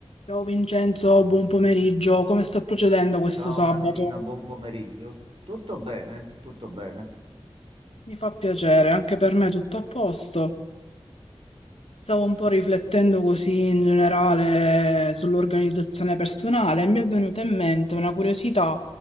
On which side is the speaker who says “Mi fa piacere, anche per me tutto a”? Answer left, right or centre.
Left